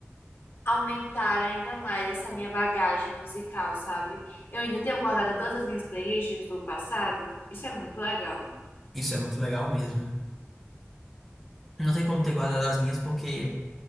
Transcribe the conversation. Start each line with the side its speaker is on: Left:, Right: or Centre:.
Left: aumentar ainda mais essa minha bagagem musical, sabe? Eu ainda tenho guardado todas as minhas playlists do passado. Isso é muito legal.
Centre: isso é muito legal mesmo. Não tem como ter guardado as minhas porque